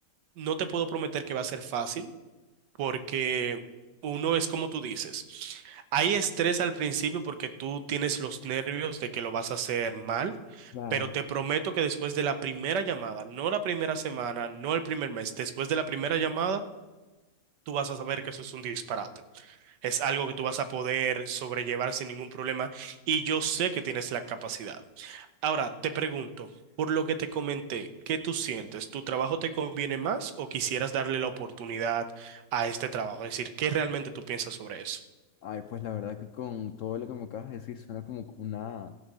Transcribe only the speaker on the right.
no te puedo prometer que va a ser fácil porque uno es como tú dices, hay estrés al principio porque tú tienes los nervios de que lo vas a hacer mal,
pero te prometo que después de la primera llamada, no la primera semana, no el primer mes, después de la primera llamada, tú vas a saber que eso es un disparate. Es algo que tú vas a poder sobrellevar sin ningún problema y yo sé que tienes la capacidad. Ahora te pregunto, por lo que te comenté, ¿qué tú sientes? ¿Tu trabajo te conviene más o quisieras darle la oportunidad a este trabajo? Es decir, ¿qué realmente tú piensas sobre eso?